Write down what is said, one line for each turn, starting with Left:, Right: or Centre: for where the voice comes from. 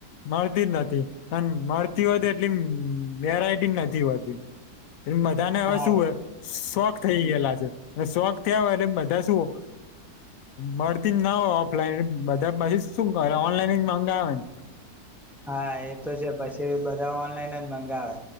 Left: મળતી જ નતી મળતી હોતી એટલી વેરાયટી નથી હોતી મધાને હવે
Centre: હા
Left: શું હોય શો ખ થઈ ગયેલા છે શોખ થયા હોય એટલે બધા શું મળતી જ ના હોય ઓફલાઈન બધા પછી શું કરે ઓનલાઈન જ મંગાવેને
Centre: હા એ તો છે પછી બધા ઓનલાઈન જ મંગાવે